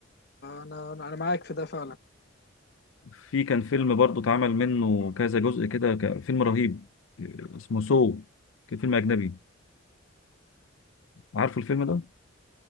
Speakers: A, on the left; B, on the left.
A: انا انا معاك في ده فعلا
B: في كان فيلم برضو اتعمل منه كذا جزء كده ك- فيلم رهيب اسمه سو كان فيلم أجنبي عارفه الفيلم ده؟